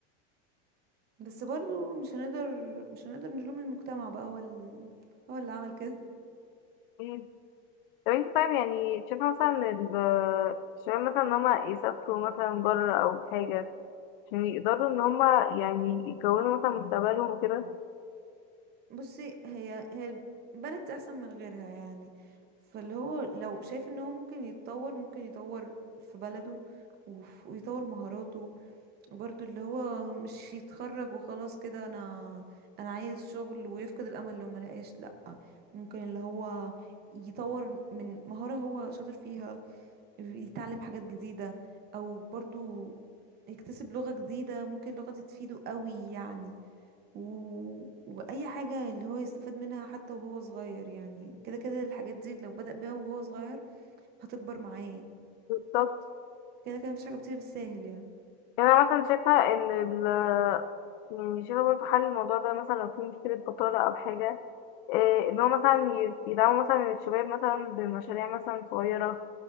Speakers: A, on the right; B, on the left.
A: بس برضو مش هنقدر مش هنقدر نلوم المجتمع بقى هو ال... هو اللي عمل كده
B: أكيد. طب انت طيب يعني شايفة مثلا إن ال- الشباب مثلا ان هما يسافروا مثلا بره او حاجة عشان يقدروا ان هما يعني يكونوا مثلا مستقبلهم وكده
A: بصي هي هي البلد دي احسن من غيرها يعني فاللي هو لو شايف ان هو ممكن يتطور ممكن يطور في بلده وف- ويطور مهاراته برضو اللي هو مش يتخرج وخلاص كده انا انا عايز شغل ويفقد الامل لو ما لقاش لا ممكن اللي هو يطور من مهارة هو شاطر فيها يتعلم حاجات جديدة او برضو يكتسب لغة جديدة ممكن اللغة دي تفيده قوي يعني و... واي حاجة اللي هو يستفاد منها حتى وهو صغير يعني كده كده الحاجات دي لو بدأ بيها وهو صغير هتكبر معاه
B: بالظبط
A: كده كده مفيش حاجة بتيجي بالساهل يعني
B: يعني انا مثلا شايفه ان ال يعني شايفه برضه حل الموضوع ده مثلا لو في مشكله بطاله او حاجه إيه ان هو مثلا ي- يدعموا مثلا الشباب مثلا بمشاريع مثلا صغيره